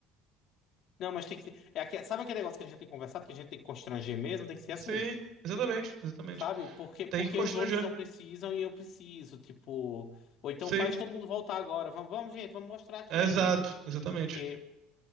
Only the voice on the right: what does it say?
<laughs>
Sim,
exatamente, exatamente.
Tem que constranger.
Sim,
exato, exatamente.